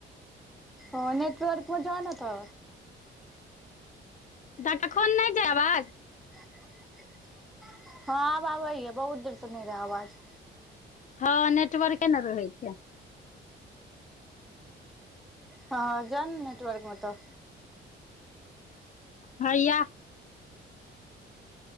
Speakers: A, in the centre; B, on the left (about 40°).
A: ओ नेटवर्क मे जोना तो।
B: डटा खन नहि छै आवाज
A: ह हँ आब आबै बहुत देर स नै रहिये आवाज
B: हँ नेटवर्के के नहि रहै छै।
A: हँ जान नेटवर्क मे तऽ।
B: हाइय